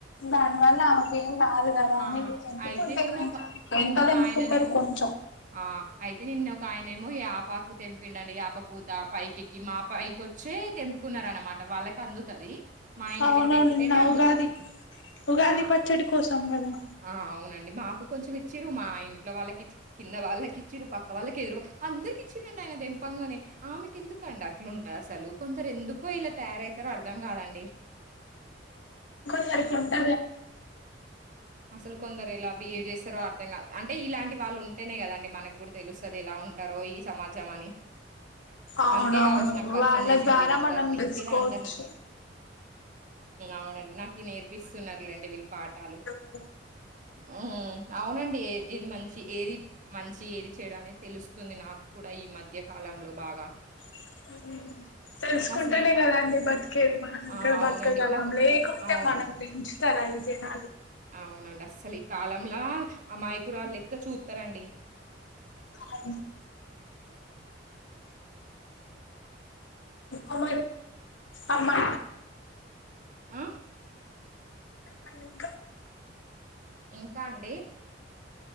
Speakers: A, on the left; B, on the right.
A: దానివల్ల ఆమెకు ఏం రాదు కదా
B: ఆ!
A: అని చెంపుకుంటే
B: అయితే నిన్నొక
A: కనుక ఎంతదింపుకుంటారు
B: నిన్నొకాయననేమో
A: కొంచెం
B: ఆ అయితే నిన్న ఒక ఆయన ఏమో ఆపకు తెంపిండండి ఆప పూత పైకిెక్కి మా పైకొచ్చే తెంపుకున్న అనమాట వాళ్ళకి అందుతది మా ఇంటి
A: అవునవును
B: మీదకి ఎక్కితేనే
A: నిన్న
B: అందుతుంది
A: ఉగాది ఉగాది
B: ఆ
A: పచ్చడి కోసం కదా
B: ఆ అవునండి మాకు కొంచెం ఇచ్చారు మా ఇంట్లో వాళ్ళకిచ్చ కింద వాళ్ళకి ఇచ్చారు పక్క వాళ్ళకి ఎదురు అందరికి ఇచ్చరండి ఆయన పనే ఆమెకి ఎందుకం అట్లుంటారు అసలు కొందరు ఎందుకో ఇలా తయారవుతారో అర్థం కాదండి
A: సారిపోంట
B: అసలు కొందరు ఎలా బిహేవ్ చేస్తారో అర్థం కాదు అంటే ఇలాంటి వాళ్ళు ఉంటేనే కదండి మనకు కూడా తెలుస్తుంది ఎలా ఉంటారో ఈ సమాజం అని
A: అవునవును
B: అందుకే కావచ్చు నాకు పరిచయం
A: వాళ్ళ
B: చేసింది
A: ద్వారా
B: వీళ్ళందరినీ
A: మనం తెలుసుకోవచ్చు
B: వీళ్ళందరినీ అవునండి నాకు నేర్పిస్తున్నారులేండి వీళ్ళు పాఠాలు
A: అ
B: ఉమ్ అవునండి ఏ ఏది మంచి ఏది మంచి ఏది చేయడా అనేది తెలుస్తుంది నాకు కూడా ఈ మధ్య కాలంలో బాగా
A: ఉ తెలుసుకుంటేనే
B: మా స్నేహి
A: కదాండి బతకేది మనం
B: ఆ!
A: బతకగలంలో
B: అవునండి. మాకు
A: లేకుంటే
B: అవును.
A: మనం గుంచి తయించ నా
B: అవునండి అస్సలు ఈ కాలంలా అమాయకురాళ్ళు లెక్క చూస్తారండి
A: అ అమ అమా
B: ఆ!
A: చెప్పండి ఇంకా
B: ఇంకా అండి